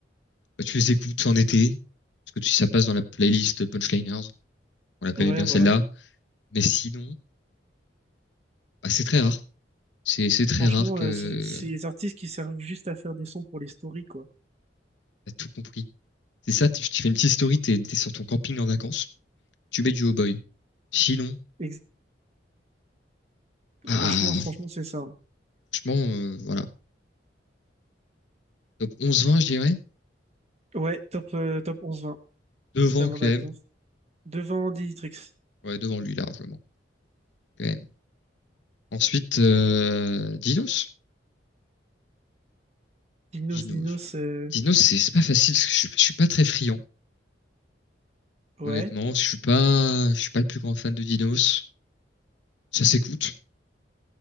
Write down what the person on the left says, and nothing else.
bah, tu les écoutes en été, parce que tu, ça passe dans la playlist Punchliners. On la connaît
bien
celle-là. Mais sinon, bah, c'est très rare. C'est, c'est très
rare que
t'as tout compris. C'est ça, tu, tu fais une petite story, t'es, t'es sur ton camping en vacances, tu mets du Oh Boy. Sinon,
ah,
franchement, euh, voilà. Top 11-20, je dirais.
Devant,
quand
même.
Ouais, devant lui, largement, quand même. Ensuite, euh, Dinos.
Dinos.
Dinos, c'est c'est pas facile parce que je, suis je suis pas très friand,
honnêtement. Je suis pas, je suis pas le plus grand fan de Dinos. Ça s'écoute.